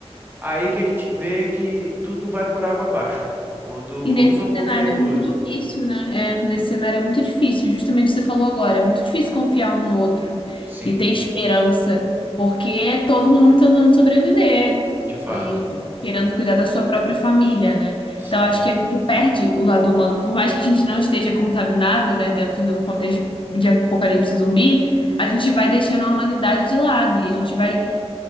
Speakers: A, on the right; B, on the left.
A: aí que a gente vê que tudo vai por água abaixo. Quando um
B: E nesse
A: não confia
B: cenário
A: no
B: é muito
A: outro.
B: difícil, né? É, nesse cenário é muito difícil, justamente o que você falou agora, é muito difícil confiar um no outro
A: Sim,
B: e ter esperança, porque é todo mundo tentando sobreviver
A: de fato.
B: e querendo cuidar da sua própria família, né?
A: Sim,
B: Então acho que a gente perde o lado humano, por mais que a gente não esteja contaminado, né, dentro de um contexto de apocalipse zumbi, a gente vai deixando a humanidade de lado e a gente vai